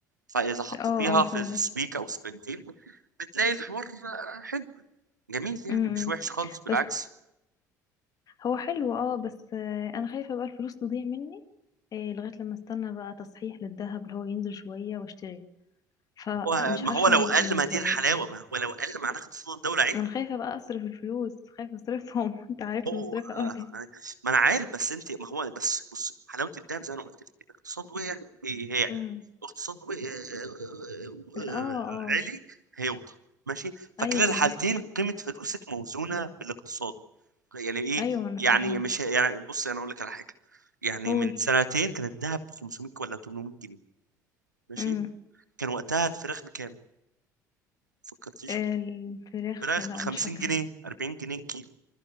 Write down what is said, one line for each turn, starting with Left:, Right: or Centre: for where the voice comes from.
Right: فاذا حطيتيها
Left: اه اه
Right: في
Left: فعلا
Right: سبيك او سبيكتين بتلاقي الحوار آه، حلو جميل يعني
Left: امم
Right: مش وحش خالص بالعكس
Left: بس هو حلو اه بس آه، انا خايفة بقى الفلوس تضيع مني آه، لغاية لما استنى بقى تصحيح للذهب اللي هو ينزل شوية واشتري فمش
Right: هو ما
Left: عارفة
Right: هو لو
Left: اعمل
Right: قل
Left: ايه
Right: ما دي
Left: طيب
Right: الحلاوه ما هو لو قل ما هناخد صوت الدوله عيد
Left: انا خايفة بقى اصرف الفلوس خايفة اصرفهم <laughs> انت عارفني
Right: هو
Left: مصرفة
Right: آه
Left: قوي
Right: يعني ما انا عارف بس انت ما هو بس بص حلاوه الدهب زي ما انا قلت لك الاقتصاد وقع هي- هيعلى
Left: امم
Right: اقتصاد وقع- آه، آه،
Left: اه
Right: آه،
Left: اه
Right: عالي هيوطى ماشي فكلا
Left: ايوه
Right: الحالتين
Left: انا عارفة
Right: قيمه فلوسك موزونه بالاقتصاد يعني ايه
Left: ايوه انا
Right: يعني
Left: فاهمه
Right: مش يعني بص انا اقول لك على حاجه يعني
Left: قول
Right: من سنتين كان الدهب ب 500 ولا 800 جنيه ماشي
Left: امم
Right: كان وقتها الفراخ بكام؟ ما فكرتيش
Left: الفراخ
Right: في كده فراخ
Left: لا
Right: ب 50
Left: مش فاكره
Right: جنيه 40 جنيه كيلو